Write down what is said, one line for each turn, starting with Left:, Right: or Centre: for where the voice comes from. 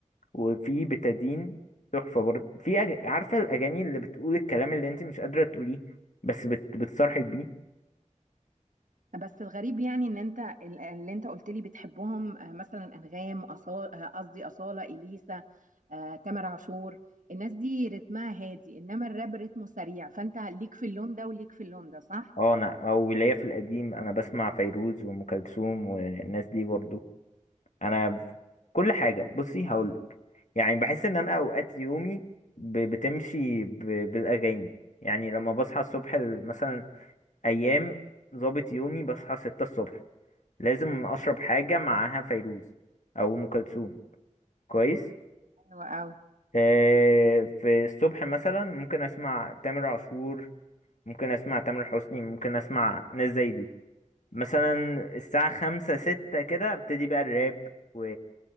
Left: وفي بتادين تحفة برضه في أج... عارفة الأغاني اللي بتقول الكلام اللي انت مش قادرة تقوليه بس بت... بتصرحك بيه
Right: بس الغريب يعني ان انت ال- اللي انت قلت لي بتحبهم آه، مثلا انغام أصالة قصدي اصاله اليسا آه، تامر عاشور الناس دي رتمها هادي انما الراب رتمه سريع فانت ليك في اللون ده وليك في اللون ده صح
Left: اه انا او ليا في القديم انا بسمع فيروز وام كلثوم والناس دي برضه انا كل حاجة بصي هقولك يعني بحس ان انا اوقات يومي ب... بتمشي ب... بالاغاني يعني لما بصحى الصبح ال- مثلا ايام ظابط يومي بصحى ستة الصبح لازم اشرب حاجه معاها فيروز او ام كلثوم كويس
Right: حلو قوي
Left: آه، في الصبح مثلا ممكن اسمع تامر عاشور ممكن اسمع تامر حسني ممكن اسمع ناس زي دي مثلا الساعه خمسة ستة كده ابتدي بقى الراب و...